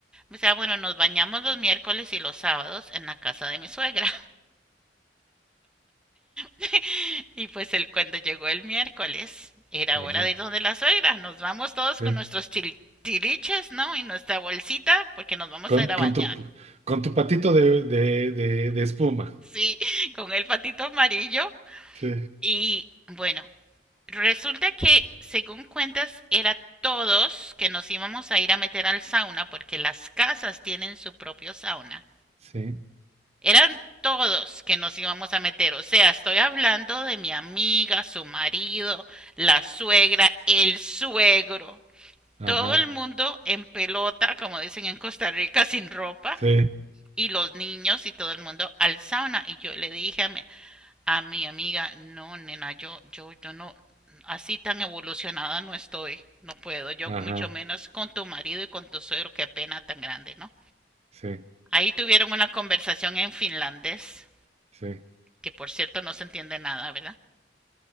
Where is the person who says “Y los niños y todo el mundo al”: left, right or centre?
Centre